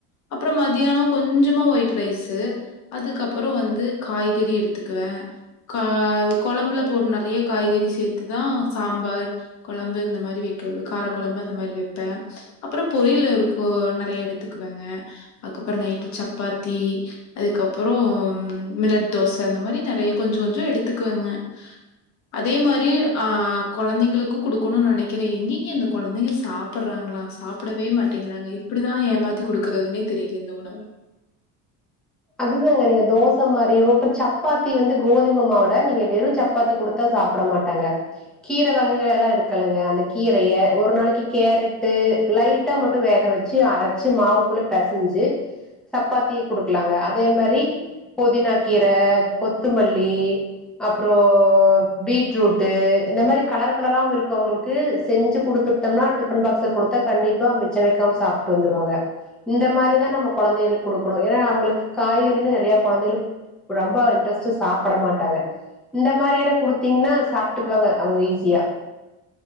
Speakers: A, on the left; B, in the centre.
A: அப்புறம் மதியானம் கொஞ்சமா ஒயிட் ரைஸு அதுக்கப்புறம் வந்து காய்கறி எடுத்துக்குவேன் கால் கொழம்புல போட்டு நறைய காய்கறி சேத்துதா சாம்பார் கொழம்பு இந்த மாரி வெக்க வு கார கொழம்பு னா இந்த மாரி வெப்ப அப்புறோ பொரியில் இருக்கு நெறைய எடுத்துக்குவங்க அக்கப்புறம் நைட்டு சப்பாத்தி அதுக்கப்புறம் மிலட் தோச இந்த மாரி நெறைய கொஞ்சம் கொஞ்சம் எடுத்துக்குவங்க அதே மாரி ஆ கொழந்தைங்களுக்கு குடுக்கணுன்னு நெனக்கிறேன் எங்கங்க இந்த கொழந்தைங்க சாப் புட்றாங்களா சாப்பிடவே மாட்டேங்கிறாங்க எப்டிதான் ஏமாத்தி குடுக்குறதுனே தெரியிலே இந்த உணவு
B: அதுதாங்க நீங்க தோச மாரியோ இப்ப சப்பாத்தி வந்து கோதும மாவுல நீங்க வெறும் சப்பாத்தி குடுத் தா சாப்புட மாட்டாங்க கீர வகைகள் எல்லா இருக்கலுங்க அந்த கீரய ஒரு நாளைக்கு கேரட்டு லைட் ட்டா மட்டும் வேக வெச்சு அரச்சு மாவுக்குள்ள பெசஞ்சு சப்பாத்திக் குடுக்குலாங்க அத் அதே மாரி பொதினா கீர கொத்துமல்லி அப்றோம் பீட்ரூட்டு இந்த மாரி கலர் கலராவும் இருக்கு அவங்களுக்கு செஞ்சு குடுத்துட் ட்டம்னா டிஃபன் பாக்ஸ குடுத்தா கண்டிப்பா மிச்ச வெக்காம சாப்ட்டு வந்துருவாங்க இந்த மாரிதான் நம்ம கொழந்தைகளுக்கு குடுக்கணும் ஏன்னா அவங்களுக்கு காய்கறின்னு நெறைய கொழந்தைகளுக்கு ரொம்ப இன்ட்ரெஸ்ட்டா சாப்பட மாட்டாங்க இந்த மாரில்லா குடுத்தீங்கன்னா சாப்ட்டுக்குவாங்க அவங்க ஈஸியா